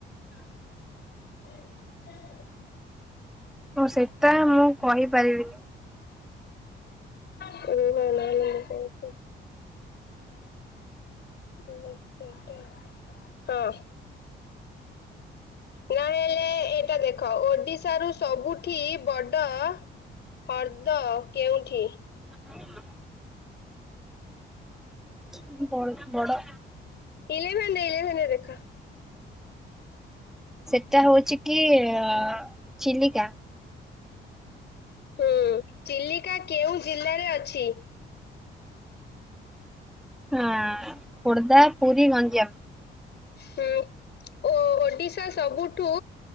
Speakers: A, in the centre; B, on the left.
A: ହ <inaudible>
B: ଏ <inaudible>
A: ହଁ ସେଇଟା ମୁଁ କହିପାରିବିନି।
B: <unintelligible> ର ଭ ନାଇ ସେଟା ହଁ। ନହେଲେ ଏଇଟା ଦେଖ ଓଡିଶା ରୁ ସବୁଠୁ ବଡ ହ୍ରଦ କେଉଁଠି?
A: ହ <unintelligible> <unintelligible> ବ ବଡ
B: ଇଲେଭେନ୍ ଇଲେଭେନରେ ଦେଖ।
A: ସେଟା ହଉଛି କି ଅ ଚିଲିକା
B: ହୁଁ, ଚିଲିକା କେଉଁ ଜିଲ୍ଲାରେ ଅଛି?
A: ହଁ, ଖୋର୍ଦ୍ଧା, ପୁରୀ, ଗଞ୍ଜାମ।
B: ହୁଁ। ଓ ଓଡିଶା ସବୁଠୁ